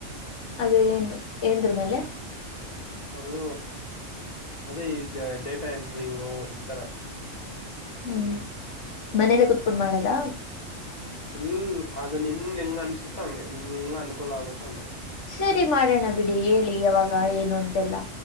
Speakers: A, on the left; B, on the left.
A: ಅದ ಏನ್ ಏಂದ್ರ ಮೇಲೆ
B: ಅದು ಅದೇ ಡೇಟಾ ಎಂಟ್ರಿಂಗು ಈಥರ
A: ಹ್ಮ್ ಮನೇಲೆ ಕುೂತ್ಕೊಂಡು ಮಾಡದ
B: ಇಲ್ಲ ಅದು ನಿಮ್ಗೆ ಹೆಂಗ ಅನ್ಸುತ್ತ ಹಂಗೆ ನಿಮ್ಗೆ ಹೆಂಗ್ ಅನುಕೂಲ ಆಗುತ್ತ ಹಂಗೆ
A: ಸರಿ ಮಾಡೋಣ ಬಿಡಿ ಹೇಳಿ ಯಾವಾಗ ಏನು ಅಂತೆಲ್ಲ